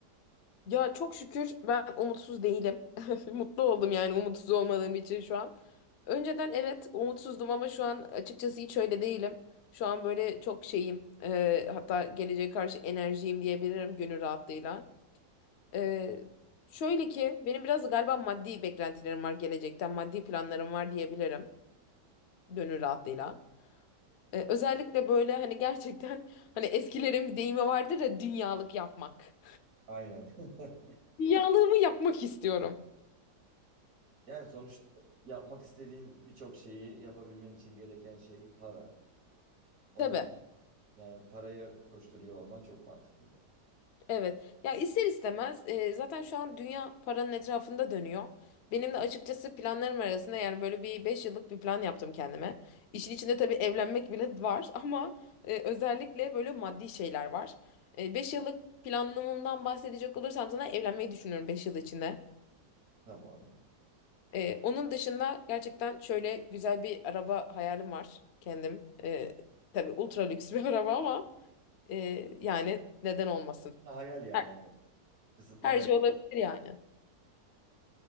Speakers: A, on the left (about 65°); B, on the right (about 50°).
A: Ya çok şükür ben umutsuz değilim. <laughs> Mutlu oldum yani umutsuz olmadığım için şu an. Önceden evet umutsuzdum ama şu an açıkçası hiç öyle değilim. Şu an böyle çok şeyim. e, hatta geleceğe karşı enerjiyim diyebilirim gönül rahatlığıyla. E, şöyle ki benim biraz galiba maddi beklentilerim var gelecekten. Maddi planlarım var diyebilirim gönül rahatlığıyla. E, özellikle böyle hani gerçekten <laughs> hani eskilerin bir deyimi vardır ya dünyalık yapmak.
B: Aynen. <laughs>
A: <laughs> Dünyalığımı yapmak istiyorum.
B: Yani sonuçta yapmak istediğin birçok şeyi yapabilmen için gereken şey para. Onu
A: Tabii,
B: yani paraya koşturuyor olman çok mantıklı.
A: evet. Ya ister istemez e, zaten şu an dünya paranın etrafında dönüyor. Benim de açıkçası planlarım arasında yani böyle bir 5 yıllık bir plan yaptım kendime. İşin içinde tabii evlenmek bile var <laughs> ama e, özellikle böyle maddi şeyler var. 5 yıllık planlamamdan bahsedecek olursam sana evlenmeyi düşünüyorum 5 yıl içinde.
B: Tamam.
A: E, onun dışında gerçekten şöyle güzel bir araba hayalim var kendim. E, tabii ultra lüks bir <laughs> araba ama e, yani neden olmasın?
B: Ha, hayal yani.
A: Her,
B: evet. Kısıtlama
A: her şey olabilir yani.